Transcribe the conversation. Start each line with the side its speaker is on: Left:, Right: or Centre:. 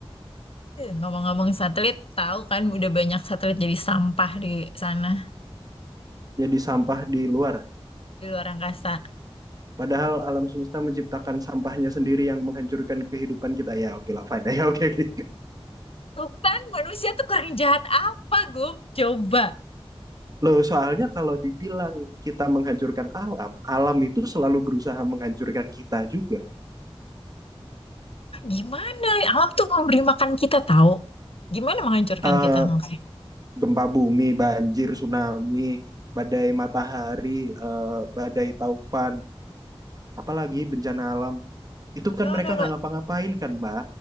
Left: Eh, Ngomong-ngomong satelit, tahu kan udah banyak satelit jadi sampah di sana,
Right: Jadi sampah di luar.
Left: di luar angkasa.
Right: Padahal alam semesta menciptakan sampahnya sendiri yang menghancurkan kehidupan kita. Ya, oke lah, fine. <laughs> Ya, oke, oke.
Left: Tuh kan manusia tuh kurang jahat apa, Gum? Coba.
Right: Loh, soalnya kalau dibilang kita menghancurkan alam, alam itu selalu berusaha menghancurkan kita juga.
Left: Gimana? Alam tuh memberi makan kita tahu. Gimana menghancurkan
Right: Eh,
Left: kita maksudnya?
Right: gempa bumi, banjir, tsunami, badai matahari, eh, badai taufan, apalagi bencana alam. Itu
Left: No,
Right: kan mereka
Left: no, no.
Right: nggak ngapa-ngapain kan, Mbak.